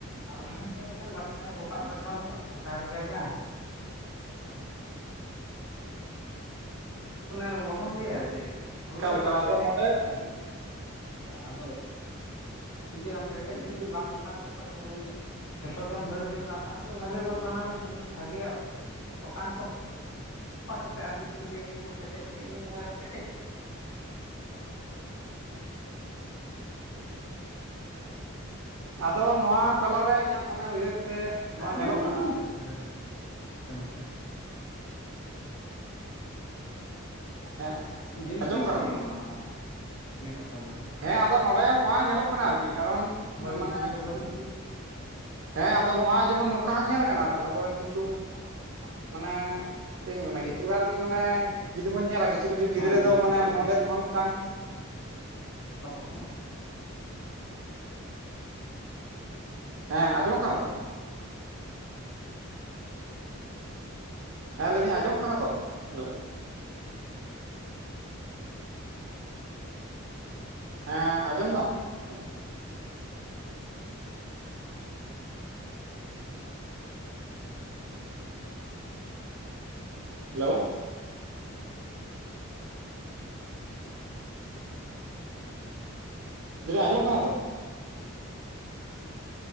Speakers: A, on the left (about 70°); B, on the right (about 65°).
A: ᱟᱫᱚ ᱦᱮᱸ ᱪᱮᱫ ᱞᱮᱠᱟᱢ ᱵᱟᱪᱷᱟ, ᱠᱚᱴᱟᱜ ᱵᱟᱪᱷᱟᱣ ᱡᱚᱸᱜᱼᱟ <unintelligible> ᱞᱮᱠᱟᱜᱮ ᱟᱢᱦᱚᱸ <unintelligible> ᱵᱟᱵᱚᱱ ᱞᱟᱹᱭᱟ ᱡᱮ ᱦᱩᱲᱩ
B: ᱮᱠᱟᱞ ᱮᱠᱟᱞ
A: ᱨᱮ
B: ᱟᱫᱚ
A: ᱯᱮᱴᱮᱡ
B: ᱱᱚᱰᱮ
A: ᱦᱚᱸ ᱛᱟᱦᱮᱸ ᱜᱮᱭᱟ, ᱟᱫᱚ ᱡᱚᱫᱤ ᱟᱢ ᱯᱮᱴᱮᱡ ᱡᱚᱫᱤ ᱵᱟᱝ ᱚᱴᱟᱝ ᱥᱟᱯᱷᱟᱜ ᱠᱷᱟᱱ ᱡᱩᱫᱤ ᱡᱷᱚᱛᱚ ᱜᱮᱢ ᱦᱟᱹᱨ ᱡᱚᱝ-ᱟ, ᱛᱟᱦᱚᱞᱮ ᱵᱷᱟᱜᱮ ᱵᱟᱹᱲᱤᱡ ᱵᱟᱱᱟᱨᱮᱢ ᱦᱟᱹᱨ ᱡᱚᱝ-ᱟ ᱵᱷᱟᱜᱮᱭᱟᱜ ᱚᱴᱟᱝ ᱥᱚᱯ ᱠᱟᱛᱮ ᱟᱢ ᱡᱚᱫᱤᱢ ᱞᱟᱹᱭᱟ ᱤᱧ ᱚᱱᱟ ᱯᱮᱴᱮᱡ ᱛᱮᱫ ᱜᱮᱧ ᱫᱚᱦᱚᱭᱫᱟ, ᱯᱮᱴᱮᱡ
B: ᱟᱫᱚ ᱱᱚᱣᱟ ᱛᱟᱞᱟᱨᱮ ᱤᱧᱟᱹᱜ ᱢᱟᱱᱮ ᱩᱭᱦᱟᱹᱨ ᱛᱮ ᱱᱚᱣᱟ
A: ᱠᱟᱛᱷᱟ
B: ᱧᱮᱞᱚᱜ
A: ᱫᱚ ᱱᱮᱜᱼᱮ
B: ᱠᱟᱱᱟ
A: ᱱᱤᱭᱟᱹ ᱠᱟᱛᱷᱟ <unintelligible>
B: ᱦᱮᱸ
A: ᱡᱮᱭ
B: ᱟᱸᱡᱚᱢᱚᱜ
A: ᱠᱤ ᱥᱮᱭ
B: ᱠᱟᱱᱟ ᱛᱚ?
A: ᱚᱱᱟ ᱦᱚᱸ ᱱᱤᱭᱟᱹ ᱠᱟᱛᱷᱟ ᱫᱚ᱾
B: ᱦᱮᱸ ᱟᱫᱚ ᱱᱚᱰᱮ ᱱᱚᱣᱟ ᱧᱮᱞᱚᱜ ᱠᱟᱱᱟ ᱟᱨᱠᱤ ᱠᱟᱨᱚᱱ
A: ᱤᱡ
B: ᱢᱟᱱᱮ
A: ᱚᱱᱤ ᱫᱚ ᱵᱟᱹᱲᱤᱡ ᱜᱮ ᱾
B: ᱦᱮᱸ ᱟᱫᱚ ᱱᱚᱣᱟ ᱡᱮᱢᱚᱱ ᱱᱚᱝᱠᱟ ᱦᱚᱸ ᱧᱮᱞ ᱟᱠᱟᱱᱟ ᱟᱨᱠᱤ ᱟᱵᱚᱨᱮᱱ ᱠᱤᱪᱷᱩ ᱢᱟᱱᱮ ᱪᱮᱫᱤᱧ ᱢᱮᱱᱟ
A: ᱪᱮᱫ
B: ᱠᱤᱪᱷᱩ ᱜᱟᱱ ᱢᱟᱱᱮ ᱡᱩᱫᱤ ᱵᱚᱱ ᱧᱮᱞᱟ ᱠᱤᱪᱷᱩ-ᱠᱤᱪᱷᱩ ᱜᱤᱫᱽᱨᱟᱹ
A: ᱦᱮᱸ ᱟᱸᱡᱚᱢᱚᱜ
B: ᱫᱚ ᱢᱟᱱᱮ
A: ᱠᱟᱱᱟ ᱪᱮᱫ
B: ᱱᱚᱸᱰᱮ ᱛᱮᱦᱚᱸ ᱢᱤᱜᱴᱟᱝ
A: <unintelligible>
B: ᱦᱮᱸ ᱟᱸᱡᱚᱢᱚᱜ ᱠᱟᱱᱟ ᱛᱚ? ᱦᱮᱸ ᱞᱟᱮᱫᱤᱧ ᱟᱸᱡᱚᱢᱜ ᱠᱟᱱᱟ ᱛᱚ? ᱦᱮᱞᱳ ᱦᱮᱸ ᱟᱸᱡᱚᱢ ᱫᱟᱢ? ᱦᱮᱞᱳ ᱦᱮᱞᱳ ᱞᱟᱹᱭᱫᱤᱧ ᱟᱸᱡᱚᱢᱜ ᱠᱟᱱᱟ ᱛᱚ?